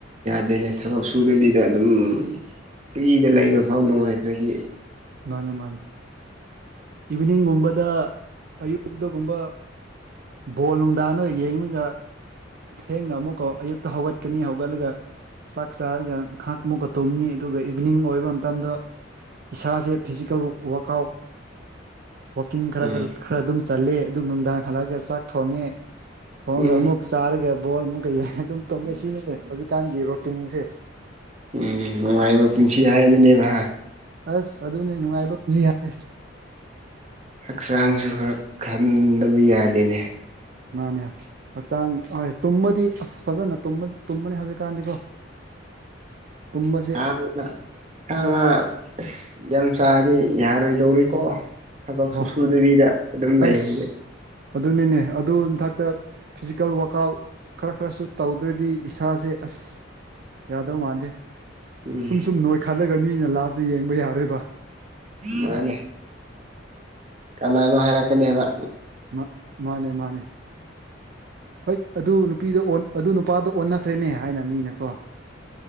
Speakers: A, on the right; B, on the right.
A: ꯗꯅꯦ ꯊꯕꯛ ꯁꯨꯗꯕꯤꯗ ꯑꯗꯨꯝ ꯐ꯭ꯔꯤꯗ ꯂꯩꯕ ꯐꯥꯎ ꯅꯨꯡꯉꯥꯏꯇꯦ ꯑꯗꯨꯗꯤ
B: ꯃꯥꯅꯤ ꯃꯥꯅꯤ ꯏꯚꯤꯅꯤꯡꯒꯨꯝꯕꯗ ꯑꯌꯨꯛꯇꯒꯨꯝꯕ ꯕꯣꯜ ꯅꯨꯡꯗꯥꯡꯅ ꯌꯦꯡꯉꯒ ꯊꯦꯡꯅ ꯑꯃꯨꯛꯀ ꯑꯌꯨꯛꯇ ꯍꯧꯒꯠꯀꯅꯤ ꯍꯧꯒꯠꯂꯒ ꯆꯥꯛ ꯆꯥꯔꯒ ꯉꯥꯏꯍꯥꯛ ꯑꯃꯨꯛꯀ ꯇꯨꯝꯅꯤ ꯑꯗꯨꯒ ꯏꯚꯤꯅꯤꯡ ꯑꯣꯏꯕ ꯃꯇꯝꯗ ꯏꯁꯥ ꯁꯦ ꯐꯤꯖꯤꯀꯦꯜ ꯋꯔꯥꯛ ꯑꯥꯎꯠ ꯋꯥꯛꯀꯤꯡ ꯈꯔ
A: ꯎꯝ
B: ꯈꯔ ꯈꯔ ꯑꯗꯨꯝ ꯆꯠꯂꯦ ꯑꯗꯨꯝ ꯅꯨꯡꯗꯥꯡ ꯍꯜꯂꯛꯑꯒ ꯆꯥꯛ ꯊꯣꯡꯉꯦ ꯊꯣꯡꯒ
A: ꯎꯝ
B: ꯃꯨꯛ ꯆꯔꯒ ꯕꯣꯜ ꯑꯃꯨꯛ ꯀꯩ ꯑꯗꯨꯝ ꯇꯨꯝꯃꯦ ꯁꯤꯅꯤꯅꯦ ꯍꯧꯖꯤꯛꯀꯥꯟꯒꯤ ꯔꯣꯇꯤꯟꯁꯦ
A: ꯎꯝ ꯅꯨꯡꯉꯥꯏꯕ ꯄꯨꯟꯁꯤ ꯍꯥꯏꯗꯨꯅꯦꯕ
B: ꯑꯁ ꯑꯗꯨꯅꯦ ꯅꯨꯡꯉꯥꯏꯕ ꯄꯨꯁꯤ ꯍꯥꯏꯁꯦ
A: ꯍꯛꯆꯥꯡꯁꯨ ꯈꯔ ꯆꯕ ꯌꯥꯗꯦꯅꯦ
B: ꯃꯥꯅꯦ ꯍꯛꯆꯥꯡ ꯍꯣꯏ ꯇꯨꯝꯃꯗꯤ ꯑꯁ ꯐꯖꯅ ꯇꯨꯝꯕꯅꯤ ꯍꯧꯖꯤꯛꯀꯥꯟꯗꯤꯀꯣ ꯇꯨꯝꯕꯁꯦ
A: ꯍ ꯍ ꯑꯁ ꯌꯥꯝ ꯆꯥꯔꯗꯤ ꯌꯥꯔꯣꯏꯗꯧꯔꯤꯀꯣ ꯊꯕꯛꯁꯨꯨ
B: ꯑꯣ
A: ꯁꯨꯗꯕꯤꯗ ꯑꯗꯨꯝ ꯂꯩ
B: ꯑꯁ
A: ꯍꯧꯁꯦ
B: ꯑꯗꯨꯅꯤꯅꯦ ꯑꯗꯨꯒꯤ ꯃꯊꯛꯇ ꯐꯤꯖꯤꯀꯦꯜ ꯋꯥꯛ ꯑꯥꯎꯠ ꯈꯔ ꯈꯔꯁꯨ ꯇꯧꯗ꯭ꯔꯗꯤ ꯏꯁꯥꯁꯦ ꯑꯁ ꯌꯥꯗꯧ ꯃꯥꯟꯗꯦ
A: ꯎꯝ
B: ꯁꯨꯝ ꯁꯨꯝ ꯅꯣꯏ ꯈꯜꯂ ꯑꯗꯨꯒ ꯃꯤꯅ ꯂꯥꯁꯇ ꯌꯦꯡꯕ ꯌꯥꯔꯣꯏꯕ
A: ꯃꯥꯅꯦ ꯀꯅꯥꯅꯣ ꯍꯥꯏꯔꯛꯀꯅꯤ ꯍꯥꯏꯕ
B: ꯃꯥ ꯃꯥꯅꯦ ꯃꯥꯅꯦ ꯍꯣꯏ ꯑꯗꯨ ꯅꯨꯄꯤꯗ ꯑꯗꯨ ꯅꯨꯄꯥꯗꯣ ꯑꯣꯟꯅꯈ꯭ꯔꯦꯅꯦ ꯍꯥꯏꯅ ꯃꯤꯅꯀꯣ